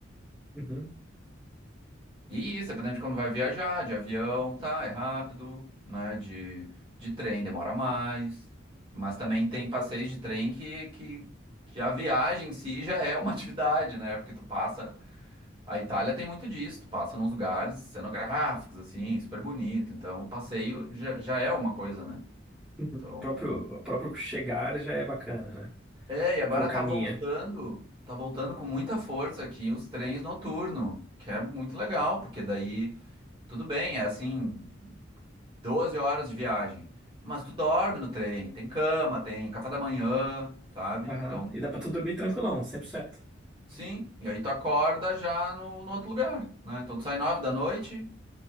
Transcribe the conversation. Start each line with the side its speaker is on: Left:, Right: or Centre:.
Centre: Uhum,
Right: e isso, dependendo de quando vai viajar, de avião, tá, é rápido, né? De, de trem demora mais. Mas também tem passeios de trem que, que, que a viagem em si já é uma <laughs> atividade, né? Porque tu passa. A Itália tem muito disso, tu passa nos lugares cenográficos, assim, super bonito. Então o passeio já, já é uma coisa, né?
Centre: uhum.
Right: Então.
Centre: O próprio, o próprio chegar já é bacana, né?
Right: É, e agora
Centre: Tipo, caminha.
Right: tá voltando, tá voltando com muita força aqui os trens noturnos, que é muito legal, porque daí, tudo bem, é assim. doze horas de viagem. Mas tu dorme no trem, tem cama, tem café da manhã, sabe?
Centre: Aham.
Right: Então,
Centre: E dá pra tu dormir tranquilão, 100%.
Right: sim. E aí tu acorda já no, no outro lugar, né? Então tu sai 9 da noite,